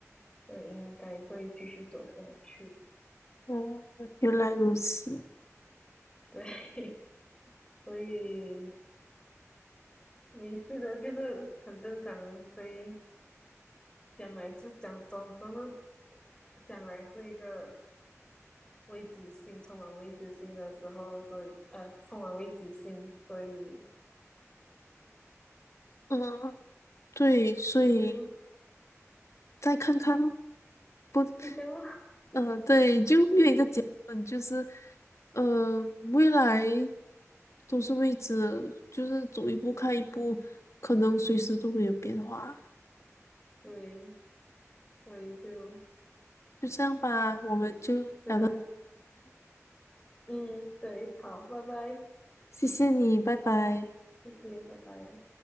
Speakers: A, on the left (about 15°); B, on the left (about 65°).
A: 所以应该会继续走下去。
B: 哦，原来如此。
A: 对，<laughs> 所以没事的，就是很正常。所以将来是讲总，真的将来是一个未知性，充满未知性的时候，所以呃，充满未知性，所以
B: 嗯，对，所以
A: 就
B: 再看看哦。不
A: 就这样咯。<laughs>
B: 嗯，对，就没有一个结论，
A: 对
B: 就是呃，未来都是未知的就是走一步看一步，可能随时都会有变化，
A: 对，所以就
B: 就这样吧，我们就聊到，
A: 只只能嗯，对，好，拜拜，
B: 谢谢你，拜拜。
A: 谢谢，拜拜。